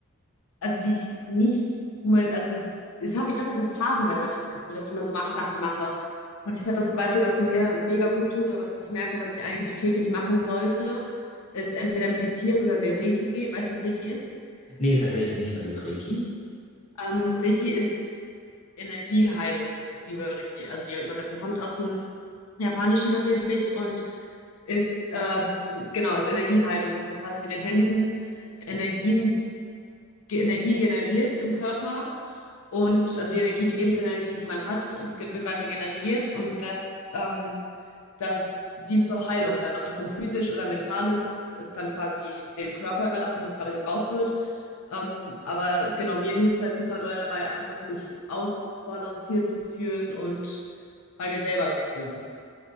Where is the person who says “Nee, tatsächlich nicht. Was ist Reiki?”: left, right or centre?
Left